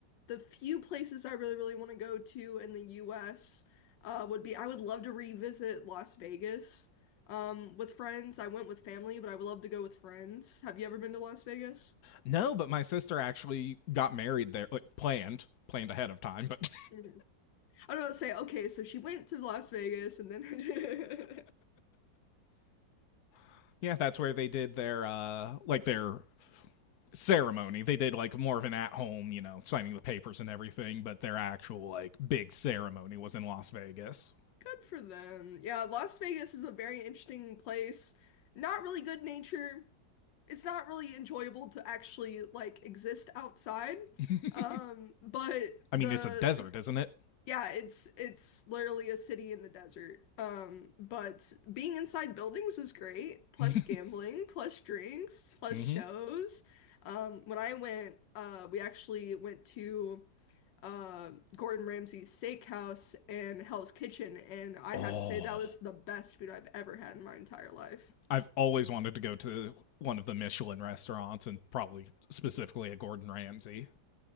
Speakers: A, on the left; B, on the left.
A: the few places I really really want to go to in the US uh would be I would love to revisit Las Vegas um with friends. I went with family, but I would love to go with friends. Have you ever been to Las Vegas?
B: No, but my sister actually got married there, like planned, planned ahead of time. But
A: Mhm. I don't say okay, so she went to Las Vegas and then <laughs>
B: <laughs> yeah, that's where they did their uh like their ceremony. They did like more of an at home, you know, signing the papers and everything, but their actual like big ceremony was in Las Vegas.
A: Good for them. Yeah, Las Vegas is a very interesting place. Not really good nature. it's not really enjoyable to actually like exist outside.
B: <laughs>
A: Um, but
B: I
A: the
B: mean, it's a desert, isn't it?
A: yeah, it's it's literally a city in the desert. Um, but being inside buildings is great, plus
B: <laughs>
A: gambling, plus drinks, plus
B: mhm.
A: shows. Um, when I went, uh, we actually went to uh, Gordon Ramsay's Steakhouse and Hell's Kitchen, and I
B: Oh,
A: have to say that was the best food I've ever had in my entire life.
B: I've always wanted to go to one of the Michelin restaurants and probably specifically a Gordon Ramsay.